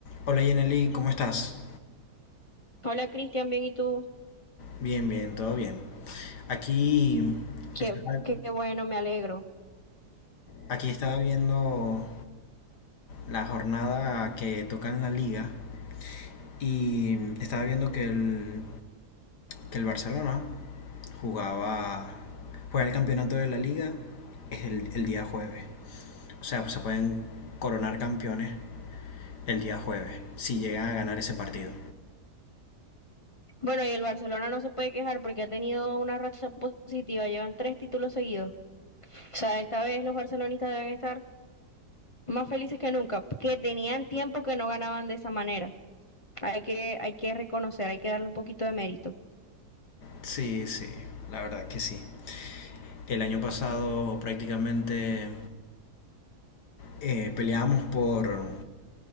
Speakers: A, on the left; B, on the left.
A: Hola Yaneli, ¿cómo estás?
B: Hola Cristian, bien, ¿y tú?
A: Bien, bien, todo bien. Aquí
B: Qué,
A: estaba,
B: qué bueno, me alegro.
A: aquí estaba viendo la jornada que toca en la liga y estaba viendo que el, que el Barcelona jugaba, juega el campeonato de la liga es el, el día jueves. O sea, pues se pueden coronar campeones el día jueves si llegan a ganar ese partido.
B: Bueno, y el Barcelona no se puede quejar porque ha tenido una racha positiva, llevan tres títulos seguidos. O sea, esta vez los barcelonistas deben estar más felices que nunca, que tenían tiempo que no ganaban de esa manera. Hay que, hay que reconocer, hay que darle un poquito de mérito.
A: Sí, sí, la verdad que sí. El año pasado prácticamente eh, peleábamos por,